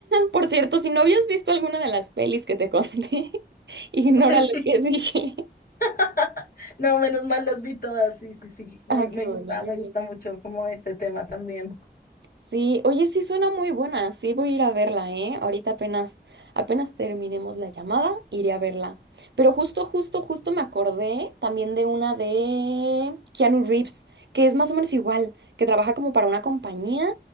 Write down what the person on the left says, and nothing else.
<laughs> sí
sí.
<laughs> No, menos mal las vi todas, sí, sí, sí, me,
me
gusta,
me gusta
mucho como este tema también.